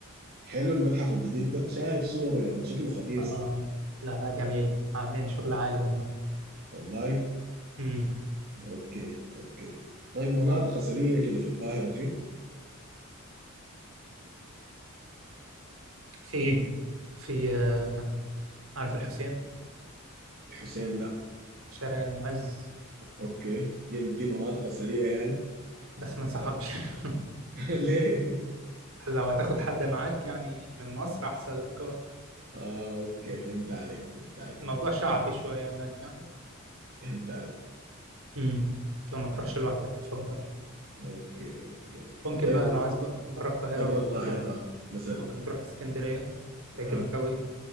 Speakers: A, on the right; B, on the right.
A: حلو المتحف الجديد ده شايف صوره يا من شكله خطير
B: آه.
A: صراحة
B: لا لا جميل عاملين شغل عالي هم
A: والله
B: مم.
A: اوكي اوكي طيب مناطق اثرية كده في القاهرة في
B: في في آه، عارف الحسين
A: الحسين لا
B: شارع المعز
A: اوكي دي دي مناطق اثرية يعني
B: بس ما انصحكش <laughs>
A: <laughs> ليه
B: لو هتاخد حد معاك يعني من مصر احسن لك اه
A: اه اوكي فهمت عليك فهمت عليك
B: الموضوع شعبي شويه هناك يعني
A: فهمت عليك
B: امم فما تروحش
A: اوكي
B: لوحدك يفضل
A: اوكي اوكي اوكي
B: ممكن
A: طيب
B: بقى لو عايز بقى بره القاهره
A: برا
B: ممكن
A: القاهرة
B: تروح
A: مثلا
B: ممكن تروح اسكندريه تعجبك
A: اها
B: قوي